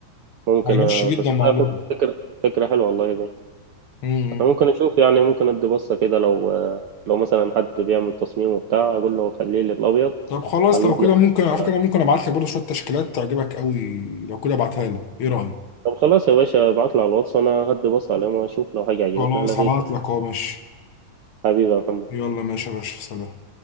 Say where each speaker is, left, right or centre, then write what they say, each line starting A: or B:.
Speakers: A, on the right (about 80°); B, on the left (about 55°).
A: ممكن
B: هيمشي
A: آه،
B: جدا
A: بس
B: مع
A: لا
B: اللغة
A: فك- فكرة فكرة حلوة والله دي
B: امم
A: انا ممكن اشوف يعني ممكن ادي بصة كده لو آه، لو مثلا حد بيعمل تصميم وبتاع اقول له خليه لي الابيض
B: طب خلاص
A: حلونا
B: لو كده ممكن على
A: ال-
B: فكرة ممكن أبعت لك برضو شوية تشكيلات تعجبك قوي لو كده أبعتها لك إيه رأيك؟
A: طب خلاص يا باشا ابعتلي على الواتس وانا هدي بص عليهم واشوف لو حاجة عجبتني
B: خلاص
A: هلغيك
B: هبعت لك أهو ماشي
A: حبيبي يا محمد
B: يلا ماشي يا باشا سلام